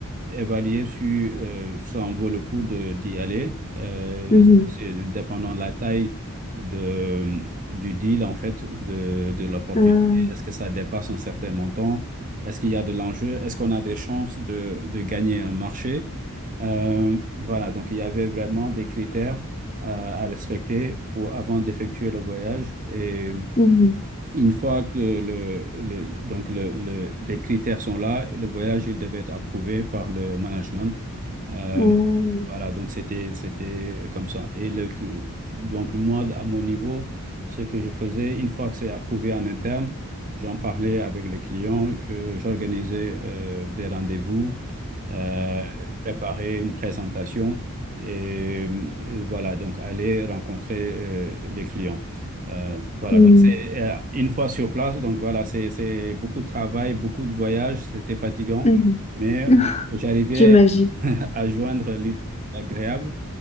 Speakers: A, on the right; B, on the left.
A: évaluer si euh, ça en vaut le coup de, d'y aller. Euh,
B: mhm,
A: donc, c'est dépendant de la taille de, du deal, en fait, de, de l'opportunité.
B: euh,
A: Est-ce que ça dépasse un certain montant? Est-ce qu'il y a de l'enjeu? Est-ce qu'on a des chances de, de gagner un marché? Euh, voilà, donc il y avait vraiment des critères euh, à respecter pour, avant d'effectuer le voyage. Et
B: mhm,
A: une fois que le, le- donc le- le- les critères sont là, le voyage, il devait être approuvé par le management. Euh,
B: euh,
A: Mhm. voilà, donc c'était, c'était comme ça. Et le, donc moi, à mon niveau, ce que je faisais, une fois que c'est approuvé en interne, j'en parlais avec le client, je- j'organisais euh, des rendez-vous euh, préparer une présentation et, euh, voilà, donc aller rencontrer euh, les clients. Euh, voilà,
B: mhm,
A: donc c'est euh, une fois sur place, donc voilà, c'est c'est beaucoup de travail, beaucoup de voyages, c'était fatigant,
B: mhm,
A: mais
B: mhm. <laughs>
A: on- j'arrivais
B: J'imagine.
A: <laughs> à joindre l'utile à l'agréable,